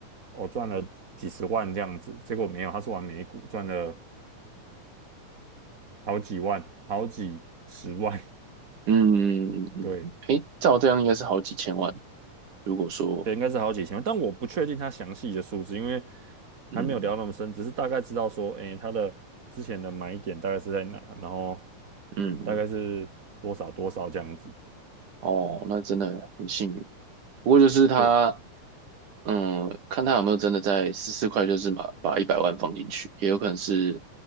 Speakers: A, on the right; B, on the right.
A: 我、哦、赚了几十万这样子，结果没有，他是玩美股，赚了好几万，好几十万，
B: 嗯嗯嗯嗯，
A: <laughs> 对，
B: 诶，照这样应该是好几千万。如果说，
A: 对，应该是好几千万，但我不确定他详细的数字，因为
B: 嗯
A: 还没有聊那么深，只是大概知道说，诶，他的之前的买点大概是在哪，然后
B: 嗯，
A: 大概是多少多少这样子，
B: 哦，那真的很幸运。不过就是他，
A: 对，
B: 嗯，看他有没有真的在四四块，就是把把一百万放进去，也有可能是